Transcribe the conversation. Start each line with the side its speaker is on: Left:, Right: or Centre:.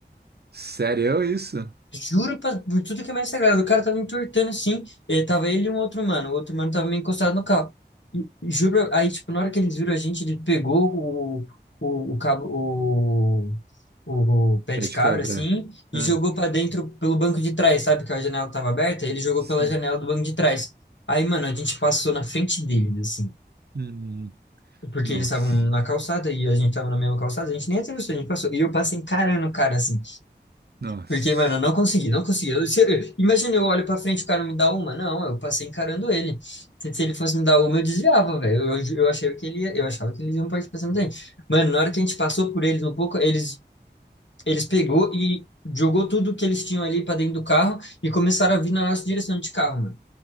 Right: Sério é isso?
Left: Juro pra- por tudo que é mais sagrado. O cara tava entortando assim. Ele, tava ele e um outro mano. O outro mano tava meio encostado no carro. E, e juro, aí, tipo, na hora que eles viram a gente, ele pegou o, o, o cabo, o, o pé
Right: Pé
Left: de
Right: de
Left: cabra,
Right: cabra.
Left: assim,
Right: Ah,
Left: e jogou pra dentro pelo banco de trás, sabe? Que a janela tava aberta. Ele jogou
Right: sim.
Left: pela janela do banco de trás. Aí, mano, a gente passou na frente deles, assim.
Right: Hum,
Left: Porque
Right: nossa.
Left: eles estavam na calçada e a gente tava na mesma calçada, a gente nem atravessou, a gente passou. E eu passei encarando o cara, assim.
Right: Nossa.
Left: Porque, mano, eu não consegui, não consegui. Eu- se eu- imagina, eu olho pra frente e o cara me dá uma. Não, eu passei encarando ele. Se, se ele fosse me dar uma, eu desviava, velho. Eu, eu, eu achei que ele ia, eu achava que eles iam partir pra cima da Mano, na hora que a gente passou por eles um pouco, eles, eles pegou e jogou tudo que eles tinham ali pra dentro do carro e começaram a vir na nossa direção de carro, mano.